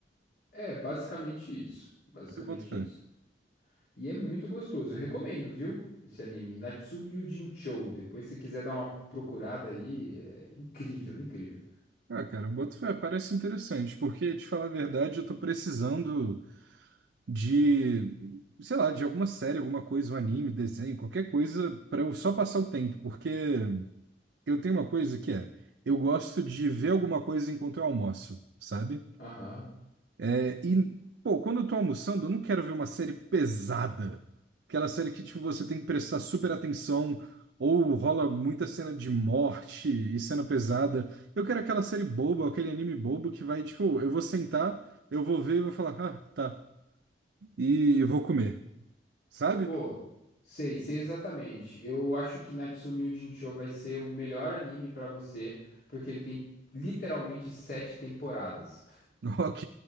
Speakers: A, on the left; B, on the right.
A: É, basicamente isso. Basicamente
B: Eu boto fé.
A: isso. E é muito gostoso. Eu recomendo, viu? Esse anime, Natsume Yuujinchou. Depois, se quiser dar uma procurada aí, é incrível, incrível.
B: Ah, cara, eu boto fé, parece interessante, porque, de falar a verdade, eu tô precisando de, sei lá, de alguma série, alguma coisa, um anime, desenho, qualquer coisa, pra eu só passar o tempo, porque... eu tenho uma coisa que é, eu gosto de ver alguma coisa enquanto eu almoço, sabe?
A: Aham.
B: É, e, pô, quando eu tô almoçando, eu não quero ver uma série pesada. Aquela série que, tipo, você tem que prestar super atenção, ou rola muita cena de morte e cena pesada. Eu quero aquela série boba, aquele anime bobo que vai, tipo, eu vou sentar, eu vou ver e vou falar, ah, tá, e, e vou comer, sabe?
A: Pô, sei, sei exatamente. Eu acho que Natsume Yuujinchou vai ser o melhor anime pra você, porque ele tem literalmente sete temporadas.
B: <laughs> Ok,